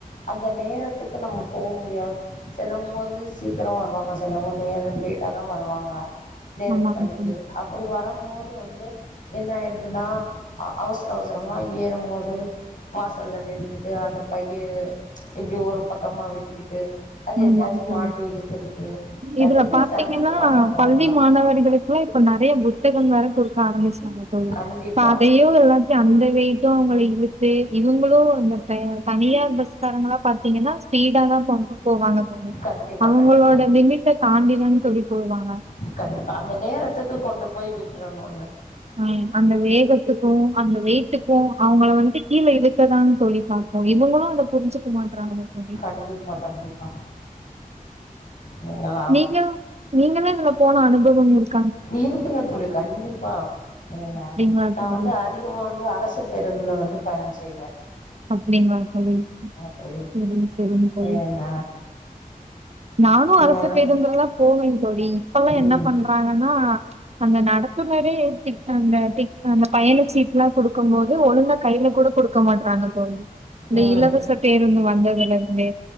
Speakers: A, on the left (about 60°); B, on the right (about 45°).
A: அந்த நேரத்துக்கு நம்ம போ முடியாது சிலவங்க வந்து சீக்கிர வருவாங்க சிலவங்க நே லேட்டாதா வருவாங்க நேரம்
B: ஆமாங்க
A: கழித்து
B: தோழி.
A: <unintelligible> அப்படி வரு போது வந்து என்ன ஆயிடுதுன்னா அவசர அவசரமா ஏறும் போது வாசல்ல நின்னுகிட்டு அந்த பைய இப்டி ஒரு பக்கமா விட்டுக்கிட்டு அது
B: ஆமாங்க
A: எதுலயாச்சு
B: தோழி
A: மாட்டி இழுத்துக்கிட்டு நெறைய
B: இதுல பாத்தீங்கன்னா
A: சிரமத்துக்கு ஆளாகுறாங்க
B: பள்ளி மாணவர்களுக் இப்பவே இப்ப நெறைய புத்தகம் வேற கொடுக்க ஆரம்பிச்சுடாங்க தோழி
A: கண்டிப்பா
B: இப்ப அதையோ எல்லா அந்த வெயிட்டு அவங்கள இழுத்து இவங்களு அந்த தனியார் பஸ்காரங்களா பாத்தீங்கன்னா ஸ்பீடா தான் போ போவாங்க சொல்லி
A: கண்டிப்பா
B: அவங்களோட
A: கண்டிப்பா
B: லிமிட்ட தாண்டதனு சொல்லி போவாங்க
A: கண்டிப்பா அந்த நேரத்துக்கு கொண்டு போய் விட்டுரணும்னு
B: ஆ அந்த வேகத்துக்கு அந்த வெயிட்டுக்கு அவங்கள வந்துட்டு கீழ இருக்கதான்னு சொல்லிப்பா இவங்களு அத புரிஞ்சுக்க மாட்றாங்க தோழி.
A: கண்டிப்பா கண்டிப்பா இல்லைங்களா?
B: நீங்க நீங்களு இதுல போன அனுபவம் இருக்
A: இருக்குங்க தோழி கண்டிப்பா என்ன
B: அப்டிங்களா
A: நா
B: தோழி?
A: வந்து அடுத் இனிமே வந்து அரசு பேருந்தில் வந்து பயணம் செய்வே
B: அப்டிங்களா தோழி
A: தோழி.
B: சேரி சேரிங்க தோழி
A: என்ன
B: நானு
A: இல்ல
B: அரசு பேருந்துல்லதா போவே தோழி இப்பெல்லா
A: ம்,
B: என்ன பண்றாங்கன்னா அந்த நடத்துனரே டிக் பண்ண டிக் பண்ண அந்த பையன சீட்டுல்லா கொடுக்கு போது ஒழுங்கா கையில கூட குடு குடுக்க மாட்றாங்க இப்பது இந்த
A: ம்,
B: இலவச பேருந்து வந்ததுல இருந்து